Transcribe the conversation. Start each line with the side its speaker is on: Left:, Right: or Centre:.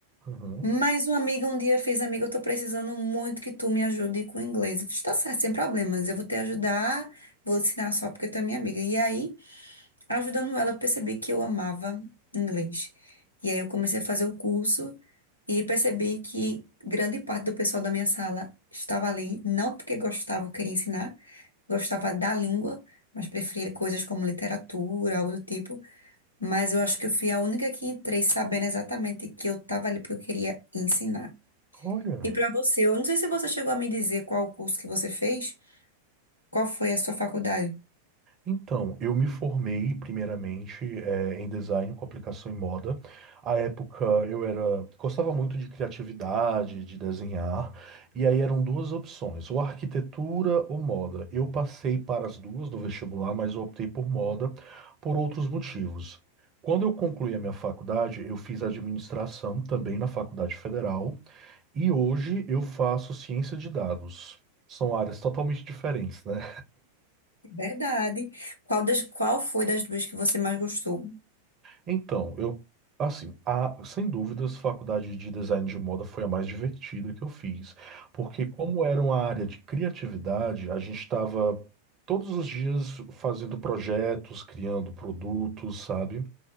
Right: uhum.
Left: Mas uma amiga um dia fez, amiga, eu tô precisando muito que tu me ajude com o inglês. Eu fiz, tá certo, sem problemas, eu vou te ajudar, vou ensinar só porque tu é minha amiga. E aí ajudando ela a perceber que eu amava inglês. E aí eu comecei a fazer o curso e percebi que grande parte do pessoal da minha sala estava ali, não porque gostava, ou queria ensinar, gostava da língua, mas preferia coisas como literatura, algo do tipo. Mas eu acho que eu fui a única que entrei sabendo exatamente que eu estava ali porque eu queria ensinar.
Right: Olha.
Left: E para você, eu não sei se você chegou a me dizer qual o curso que você fez, qual foi a sua faculdade.
Right: Então, eu me formei primeiramente eh, em design com aplicação em moda. À época eu era gostava muito de criatividade, de desenhar, e aí eram duas opções, ou arquitetura ou moda. Eu passei para as duas no vestibular, mas eu optei por moda por outros motivos. Quando eu concluí a minha faculdade, eu fiz administração também na Faculdade Federal, e hoje eu faço ciência de dados. São áreas totalmente diferentes, né?
Left: Verdade. Qual, das, qual foi das duas que você mais gostou?
Right: Então, eu, assim, a, sem dúvidas, faculdade de design de moda foi a mais divertida que eu fiz, porque como era uma área de criatividade, a gente estava todos os dias fazendo projetos, criando produtos, sabe?